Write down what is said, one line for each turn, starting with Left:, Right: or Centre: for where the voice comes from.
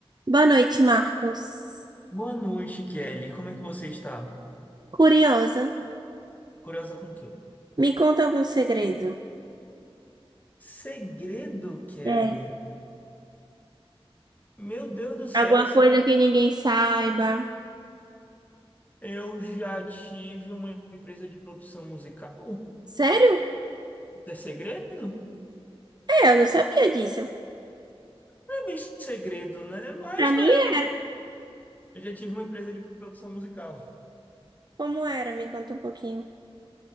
Right: Boa noite, Marcos.
Left: Boa noite, Kelly. Como é que você está?
Right: Curiosa,
Left: Curiosa com o quê?
Right: me conta algum segredo.
Left: Segredo, Kelly?
Right: É.
Left: Meu Deus do céu,
Right: Alguma
Left: isso
Right: coisa
Left: é...
Right: que ninguém saiba.
Left: Eu já tive uma empresa de produção musical.
Right: Sério?
Left: É segredo?
Right: É, eu não sabia disso.
Left: Não é bem segredo, né? Mas,
Right: Pra mim
Left: velho,
Right: é.
Left: eu já eu já tive uma empresa de produção musical.
Right: Como era? Me conta um pouquinho.